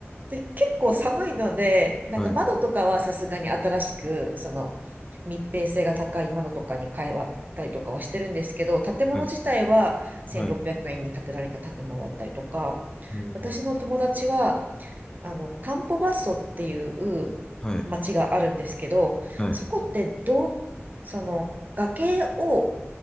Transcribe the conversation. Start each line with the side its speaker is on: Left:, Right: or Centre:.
Right: で、結構寒いので、なんか窓とかはさすがに新しく、
Left: はい、
Right: その密閉性が高い窓とかに変えたりとかはしてるんですけど、建物自体は1600円に建てられた建物だったりとか、
Left: はい、はい。えー
Right: 私の友達は、あの、カンポバッソっていう
Left: はい、
Right: 町があるんですけど、
Left: はい、
Right: そこってどう、その崖を、